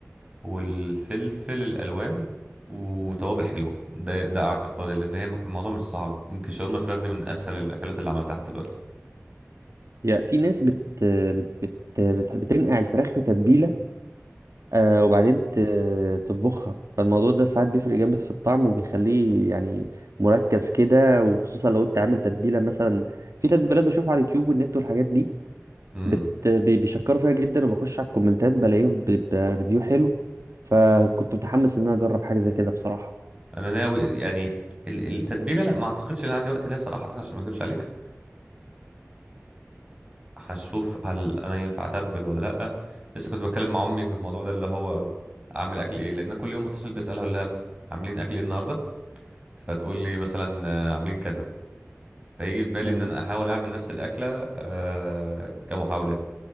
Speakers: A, on the right (about 25°); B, on the right (about 75°).
A: والفلفل الالوان وتوابل حلوة ده ده اعتقادي لان هي الموضوع مش صعب ممكن شاورما فراخ دي من اسهل الاكلات اللي عملتها حتى دلوقتي
B: يا في ناس بت بت بت, بت... بتنقع الفراخ في تتبيله آه وبعدين ت... تطبخها فالموضوع ده ساعات بيفرق جامد في الطعم وبيخليه يعني مركز كده وخصوصا لو انت عامل تتبيله مثلا في تتبيلات بشوفها على اليوتيوب والنت والحاجات دي
A: امم
B: بت... بي- بيشكروا فيها جدا وبخش على الكومنتات بلاقيه بريفيو حلو فكنت متحمس ان انا اجرب حاجه زي كده بصراحه
A: انا ناوي يعني ال- التتبيلة لا ما اعتقدش ان عندي وقت ليها صراحة عشان ما اكذبش عليك هشوف هل انا ينفع اتبل ولا لا لسه كنت بتكلم مع امي في الموضوع ده اللي هو اعمل اكل ايه لان كل يوم بتصل بسالها اقول لها عاملين اكل ايه النهارده فتقول لي مثلا آه، عاملين كذا فيجي في بالي
B: امم
A: ان انا احاول اعمل نفس الاكله آه، كمحاوله